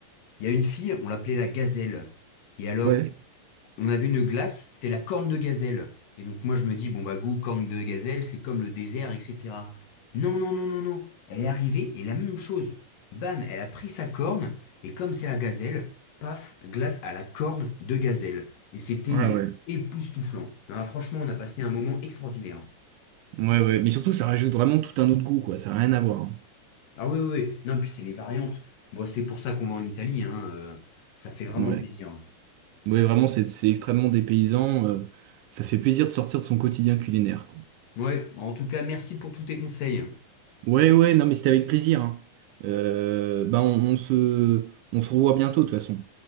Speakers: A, on the left; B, on the right.
A: Il y a une fille, on l'appelait la gazelle. Et alors,
B: Ouais,
A: on a vu une glace, c'était la corne de gazelle. Et donc moi je me dis, bon bah goût corne de gazelle, c'est comme le désert, etc. Non, non, non, non, non. Elle est arrivée et la même chose. Bam, elle a pris sa corne et comme c'est la gazelle, paf, glace à la corne de gazelle. Et c'était
B: ouais,
A: mais
B: ouais.
A: époustouflant. Non, ah, franchement, on a passé un moment extraordinaire.
B: Ouais, ouais, mais surtout, ça rajoute vraiment tout un autre goût, quoi, ça n'a rien à voir. hein.
A: Ah oui, oui, oui. Non, puis c'est les variantes. Bon, c'est pour ça qu'on va en Italie, hein. euh, ça fait vraiment
B: Ouais,
A: plaisir.
B: ouais, vraiment, c'est c'est extrêmement dépaysant, euh, ça fait plaisir de sortir de son quotidien culinaire, quoi.
A: Ouais, en tout cas, merci pour tous tes conseils.
B: Ouais, ouais, non, mais c'était avec plaisir. hein. Euh, bah, on, on se, on se revoit bientôt, de toute façon.